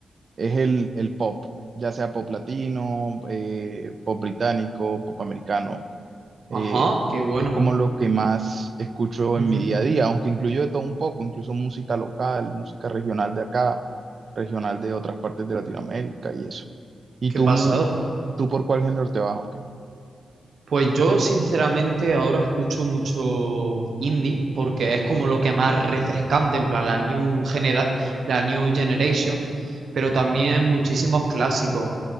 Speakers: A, on the right; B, on the right.
A: es el, el pop, ya sea pop latino, eh, pop británico, pop americano eh,
B: Ajá, qué bueno.
A: es como lo que más escucho en
B: ujú,
A: mi día a día, aunque incluyo de todo un poco, incluso música local, música regional de acá, regional de otras partes de Latinoamérica y eso. ¿Y
B: Qué
A: tú,
B: pasado.
A: mu- tú por cuál género te vas o qué?
B: Pues yo, sinceramente, ahora escucho mucho indie porque es como lo que más refrescante, en plan, la new genera- la new generation, pero también muchísimos clásicos.